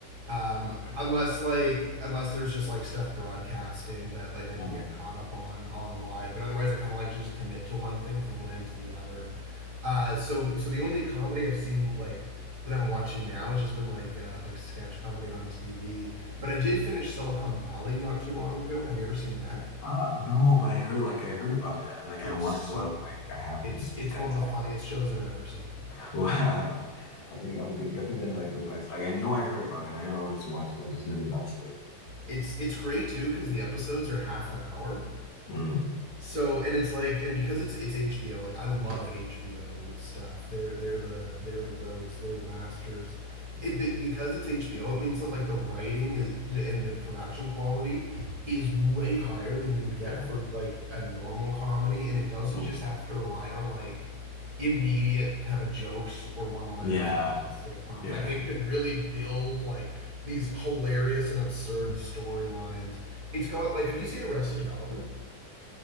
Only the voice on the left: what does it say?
Yeah.
Mm.
Ah, no, but I heard like I heard about it and like
I wanted
to watch. I was like,
I haven't
got
time.
<laughs> Wow. I think I'm good, definitely gonna like go back. Like I know I heard about it and I know I wanted to watch it, but I just never got to it.
Mm.
Yeah.
Mm.
Yeah.
Yeah.